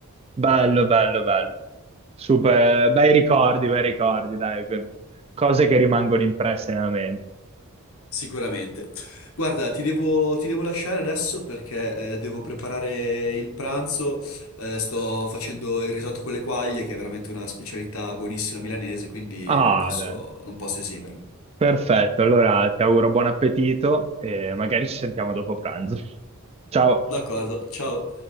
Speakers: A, on the right; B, on the left.
A: Bello, bello, bello. Super, bei ricordi, bei ricordi, dai, che- cose che rimangono impresse nella mente.
B: Sicuramente. Guarda, ti devo, ti devo lasciare adesso perché eh, devo preparare il pranzo. Eh, sto facendo il risotto con le quaglie, che è veramente una specialità buonissima milanese, quindi
A: Ah,
B: non posso
A: dai.
B: non posso esimermi.
A: Perfetto, allora ti auguro buon appetito e magari ci sentiamo dopo pranzo. Ciao.
B: D'accordo, ciao.